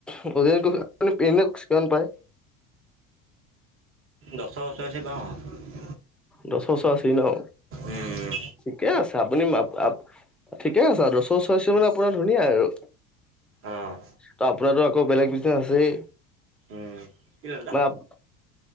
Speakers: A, in the centre; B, on the right.
A: আপনি এনে পেমে কিমান পায়
B: দশৰ ওচৰা ওচৰি পাওঁ আৰু
A: দশৰ ওচৰাওচৰি ন
B: উম,
A: ঠিকে আছে আপুনি আপ ঠিকে আছে দশৰ ওচৰা ওচৰি মানে আপোনাৰ ধুনীয়া আৰু
B: অ',
A: তাপ, তাতে আকৌ বেলেগ বিজনেচ আছেই
B: উম, কি হ'ল দাদা?
A: নাপ